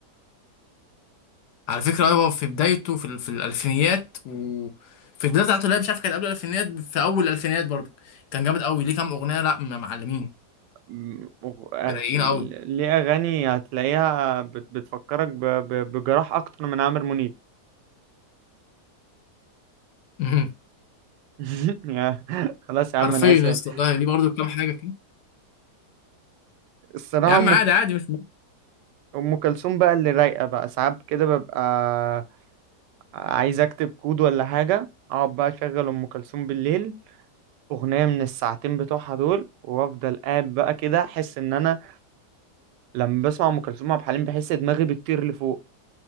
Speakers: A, on the left (about 75°); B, on the right (about 85°).
A: على فكرة أيوة في بدايته في, ال- في الألفينيات وفي البداية بتاعته لا مش عارف كان قبل الألفينيات في أول الألفينيات برضه كان جامد أوي ليه كام أغنية لا م- معلمين
B: م- وأغ-
A: رايقين
B: ليه
A: أوي
B: أغاني هتلاقيها بت- بتفكرك ب- ب- بجراح أكتر من عامر منيب
A: مهم.
B: <laughs> يا- خلاص يا عم
A: حرفيا
B: أنا آسف
A: يا اسطى والله ليه برضه كام حاجة كده
B: الصراحة
A: يا عم
B: أم
A: عادي
B: ك-
A: عادي مش مهم
B: أم كلثوم بقى اللي رايقة بقى ساعات كده ببقى عايز أكتب كود ولا حاجة أقعد بقى أشغل أم كلثوم بالليل أغنية من الساعتين بتوعها دول وأفضل قاعد بقى كده أحس إن أنا لما بسمع أم كلثوم عبد الحليم بحس دماغي بتطير لفوق